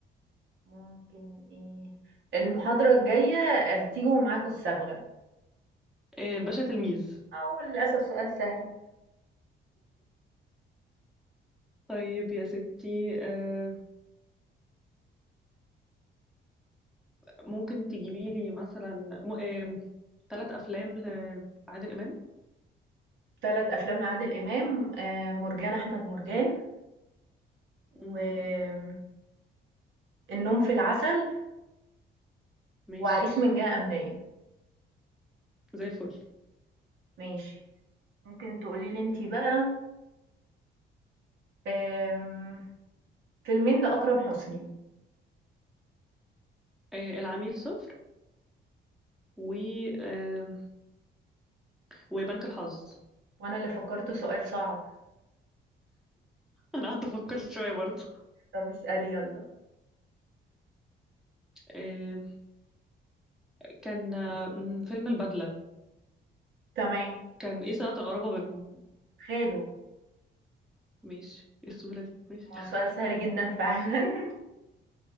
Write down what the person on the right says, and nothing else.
ممكن إيه، المحاضرة الجاية هتيجوا ومعاكم الصبغة،
هو للأسف سؤال سهل،
3 أفلام لعادل إمام، آآ مرجان
أحمد مرجان،
وآمم النوم في العسل،
وعريس من جهة أمنية.
ماشي، ممكن تقولي لي أنتِ بقى آمم فيلمين لأكرم حسني.
وأنا اللي فكّرته سؤال صعب.
طب اسألي يلا.
تمام.
خاله،
ما
هو سؤال سهل جدًا فعلًا. <laughs>